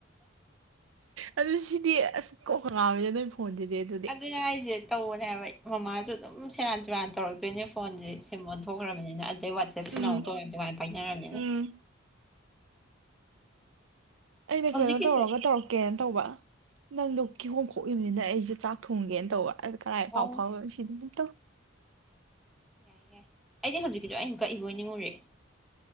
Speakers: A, on the right (about 75°); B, in the centre.
A: ꯑꯗꯨꯗꯤ ꯁꯤꯗꯤ ꯑꯁ ꯀꯣꯛ ꯀ ꯉꯥꯎꯋꯤꯗ ꯅꯣꯏ ꯐꯣꯟꯖꯤꯗꯤ ꯑꯗꯨ
B: ꯑꯗꯨꯅꯦ ꯍꯥꯏꯖꯦ ꯇꯧꯕꯅꯦ ꯍꯥꯏꯕ ꯃꯃꯥꯖꯨ ꯑꯗꯨꯝ ꯁꯦꯔꯥꯟ ꯇꯨꯔꯥꯟ ꯇꯧꯔꯛꯇꯣꯏꯅꯦ ꯐꯣꯟꯖꯦ ꯁꯤꯝ ꯑꯣꯟꯊꯣꯛꯈ꯭ꯔꯕꯅꯤꯅ ꯑꯗꯩ ꯋꯥꯠꯆꯦꯞꯁꯤꯅ
A: ꯎꯝ
B: ꯑꯃꯨꯛ ꯇꯣꯉꯥꯟ ꯇꯣꯉꯥꯟ ꯄꯥꯏꯅꯔꯕꯅꯤꯅ
A: ꯎꯝ ꯑꯩꯅ
B: ꯍꯧꯖꯤꯛꯀꯤꯗꯣ
A: ꯀꯩꯅꯣ ꯇꯧꯔꯒ ꯇꯧꯔꯛ ꯀꯦꯟ ꯇꯧꯕ ꯅꯪꯗꯣ ꯀꯤꯍꯣꯝ ꯈꯣꯛꯏꯕꯅꯤꯅ ꯑꯩꯖꯨ ꯆꯥꯛ ꯊꯣꯡꯒꯦꯅ ꯇꯧꯕ ꯑ ꯀꯔꯥꯏ
B: ꯑꯣ
A: ꯄꯥꯎ ꯐꯥꯎꯔꯣꯏꯁꯤꯗꯤ ꯅꯠꯇꯣ
B: ꯌꯥꯏ ꯌꯥꯏ ꯑꯩꯗꯤ ꯍꯧꯖꯤꯛꯀꯤꯗꯣ ꯑꯩꯅ ꯀꯛꯏꯕꯣꯏ ꯅꯤꯡꯉꯨꯔꯦ